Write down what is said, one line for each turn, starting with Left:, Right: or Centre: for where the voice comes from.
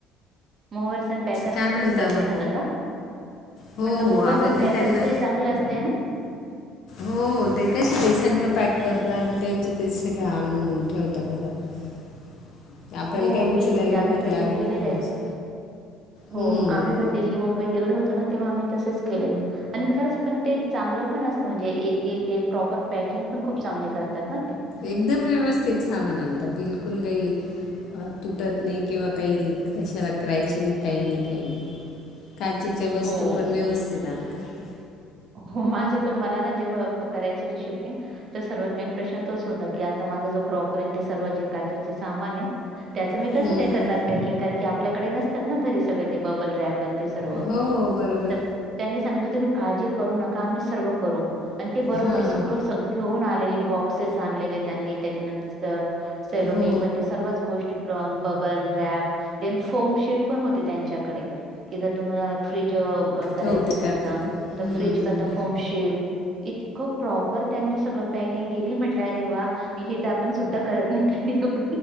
Right: मुव्हरसन पॅकर्स
Left: काय
Right: थ्रू
Left: म्हणता
Right: सर्व
Left: मग
Right: झालं का?
Left: हो
Right: म्हटलं ‌मूव्हर्स
Left: हो आम्ही ना
Right: पॅकर्सचंहि
Left: त्यांना
Right: चांगलं असतय है ना?
Left: हो ते कशे ते सगळं पॅक करतात, आणि त्यांचे ते सगळ आणून ठेवतात घरात. <inaudible> आपल्याला
Right: हो
Left: काही उचलायला
Right: मी म्हणजे आम्ही
Left: वगैरे
Right: पहिले
Left: लागत
Right: केलेलेये
Left: नाही मासे
Right: ते. हो
Left: हम्म
Right: आम्ही पण दिल्ली, मुंबई तिकडे होतो ना, तेव्हा आम्ही तसच केलेलेयं. आणि खरंच पण ते चांगलं पण असतं, म्हणजे येतील ते प्रॉपर पॅकिंग पण खूप चांगले करतात ना ते.
Left: एकदम व्यवस्थित सामान आणता बिलकुल काही अं तुटत नाही किंवा काही कशाला क्रॅच नाही काही नाही काही नाही. काचेच्या वस्तू
Right: हो
Left: पण व्यवस्थित आणतात.
Right: हो माझं पण मला ना जेव्हा करायचं होत शिफ्टिंग तर सर्वात मेन प्रश्न तोच होता की आता माझा जो क्रॉकरी सर्व जे काचेच सामान आहे त्याचं मी कसं
Left: हम्म,
Right: काय करणार
Left: हम्म.
Right: पॅकिंग कारण की आपल्याकडे नसतात ना घरी सगळ ते बबल रॅपर ते सर्व.
Left: हो बरोबर
Right: तर त्यांनी सांगितलं तुम्ही का करू नका आम्ही सर्व करू आणि ते बरोबर
Left: हां
Right: सगळं घेऊन आलेले बॉक्सेस आणलेले त्यांनी त्याच्यानंतर तिथं सेलोटे
Left: हो
Right: पण ते सर्वच गोष्टी ्लम bubble wrap then form sheet पण होते त्यांच्याकडे. कि जर तुम्हाला फ्रीज करायचाय
Left: होते
Right: तुमचा
Left: कात ते. हम्म.
Right: तर फ्रीज करता फॉर्म शेट. इतकं प्रॉपर त्यांनी सगळं पॅकिंग केली. म्हटलं रे वा हे तर आपण सुद्धा करत नाही कध